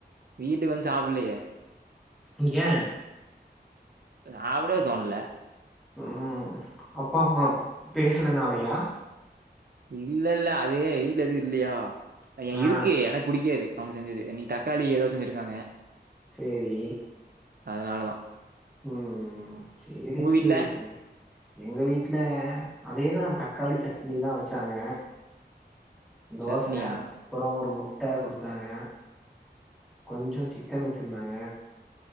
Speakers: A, on the right; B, in the centre.
A: வீட்டுக்கு வந்து சாப்புலையே
B: ங்ய
A: சாப்டவே தோண்ல
B: ம் அப்பா அம்மா பேசறனாலயா
A: இல்லல்ல அது வீட்ல எதுவு இல்லையா
B: ஆ
A: இருக்கு எனக் புடிக்காது அவங்க செஞ்சது நீ தக்காளி ஏதோ செஞ்சிருக்காங்க
B: சேரி
A: அதனாலதா
B: ம் சேரி
A: வீட்ல
B: சேரி செரி எங்க வீட்ல அதேதா தக்காளி சட்னிதா வச்சாங்க தோச
A: சட்னியா
B: அப்பறோ ஒரு மு ட்டாய குடுத்தாங்க கொஞ்ச சிக்கன் வச்சிருந்தாங்க